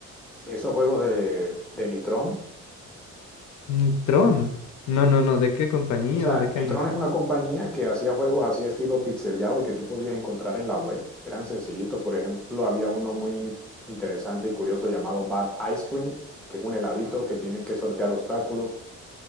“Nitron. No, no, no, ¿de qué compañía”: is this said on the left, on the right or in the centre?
Left